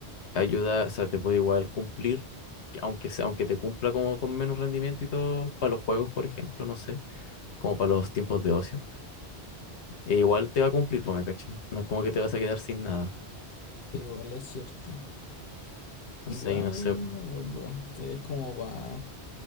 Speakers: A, on the left; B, on the left.
A: ayuda, o sea, te puede igual cumplir, que aunque, sea- aunque te cumpla como con menos rendimiento y todo, para los juegos, por ejemplo, no sé, como para los tiempos de ocio, e igual te va a cumplir, pues, ¿me cachai? No es como que te vas a quedar sin nada.
B: Igual es cierto.
A: Entonces
B: Igual,
A: ahí no sé, pues.
B: la verdad, es como pa-